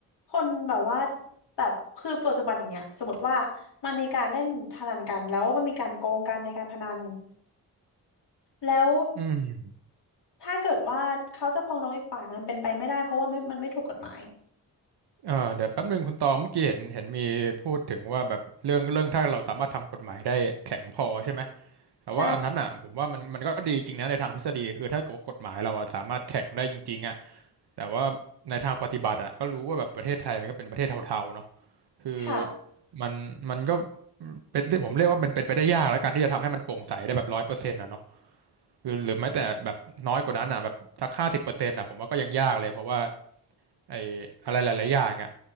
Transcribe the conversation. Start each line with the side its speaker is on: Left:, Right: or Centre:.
Left: คนแบบว่าแบบคือปัจจุบันอย่างเงี้ยสมมติว่ามันมีการเล่นพนันกันแล้วมันมีการโกงกันในการพนันแล้ว
Right: อืม
Left: ถ้าเกิดว่าเขาจะฟ้องร้องอีกฝ่ายมันเป็นไปไม่ได้เพราะว่าไม่มันไม่ถูกกฎหมาย
Right: เออเดี๋ยวแป๊บนึงคุณตองเมื่อกี้เห็นเห็นมีพูดถึงว่าแบบเรื่องเรื่องถ้าเราสามารถทำกฎหมายได้แข็งพอใช่ไหม แต่ว่าอันนั้นอ่ะผมว่ามันมันก็ดีจริงนะในทางทฤษฎีคือถ้าเกิดว่ากฎหมายเราอะสามารถแข็งได้จริงๆอ่ะ
Left: ใช่
Right: แต่ว่าในทางปฏิบัติอ่ะก็รู้ว่าแบบประเทศไทยมันก็เป็นประเทศเทาๆเนาะ คือ
Left: ค่ะ
Right: มันมันก็เป็นที่ผมเรียกว่ามันเป็นไปได้ยากแล้วกันที่จะทำให้มันโปร่งใสได้แบบร้อยเปอร์เซ็นต์นะเนาะคือหรือแม้แต่แบบน้อยกว่านั้นอ่ะแบบสักห้าสิบเปอร์เซ็นต์อ่ะผมว่าก็ยังยากเลยเพราะว่าไอ้อะไรหลายๆอย่างอ่ะ